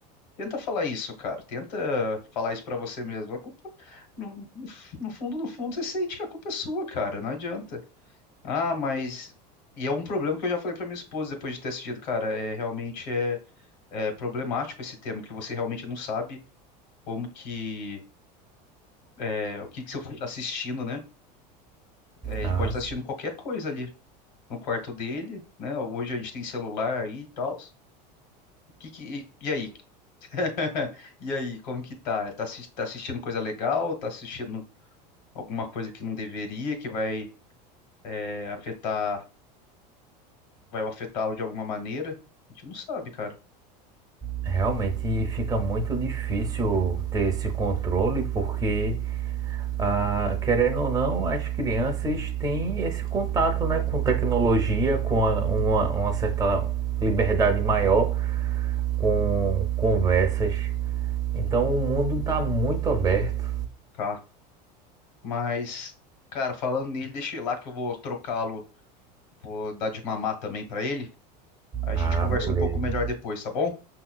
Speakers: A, on the left (about 90°); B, on the right (about 15°).
A: Tenta falar isso, cara. Tenta falar isso pra você mesmo. A culpa, no, no f- no fundo, no fundo, você sente que a culpa é sua, cara. Não adianta. Ah, mas. E é um problema que eu já falei pra minha esposa depois de ter assistido, cara. É realmente é, é problemático esse tema, que você realmente não sabe como que é, o que que seu filho está assistindo, né? É, ele
B: Ah,
A: pode estar assistindo qualquer coisa ali no quarto dele, né? Hoje a gente tem celular aí e tal. O que que- e e aí? <laughs> E aí, como que tá? Tá assis- tá assistindo coisa legal? Tá assistindo alguma coisa que não deveria, que vai é, afetar, vai afetá-lo de alguma maneira. A gente não sabe, cara.
B: Realmente fica muito difícil ter esse controle, porque, ah, querendo ou não, as crianças têm esse contato, né, com tecnologia, com a- uma, uma certa liberdade maior, com conversas. Então o mundo está muito aberto.
A: Tá. Mas, cara, falando nele, deixa eu ir lá que eu vou trocá-lo, vou dar de mamar também pra ele. A
B: Ah,
A: gente conversa
B: beleza.
A: um pouco melhor depois, tá bom?